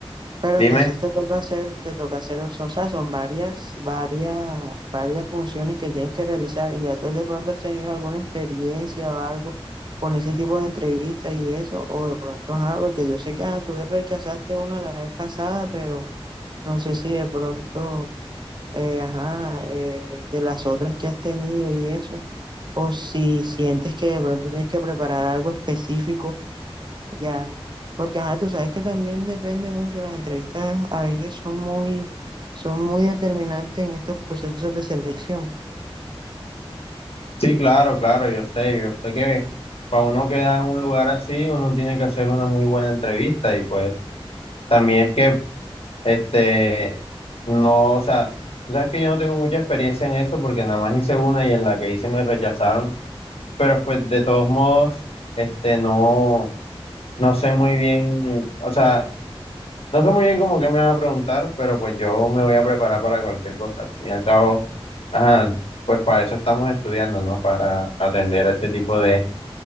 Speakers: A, on the right; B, on the left.
A: Pero
B: Dime.
A: entonces te toca hacer, te toca hacer, o sea, son varias, varias, varias funciones que tienes que realizar y ya tú de pronto has tenido alguna experiencia o algo con ese tipo de entrevistas y eso, o de pronto, ajá, porque yo sé que ajá, tú rechazaste una la vez pasada, pero no sé si de pronto, eh, ajá, eh, de las otras que has tenido y eso, o si sientes que de pronto tienes que preparar algo específico ya, porque ajá, tú sabes que también depende mucho, las entrevistas a veces son muy, son muy determinantes en estos procesos de selección.
B: Sí, claro, claro, yo sé, yo sé que para uno quedar en un lugar así, uno tiene que hacer una muy buena entrevista y pues también es que Este, no, o sea, tú sabes que yo no tengo mucha experiencia en eso porque nada más hice una y en la que hice me rechazaron, pero pues de todos modos, este, no, no sé muy bien, o sea, no sé muy bien cómo que me va a preguntar, pero pues yo me voy a preparar para cualquier cosa. Al fin y al cabo, ajá, pues para eso estamos estudiando, ¿no? Para atender ese tipo de,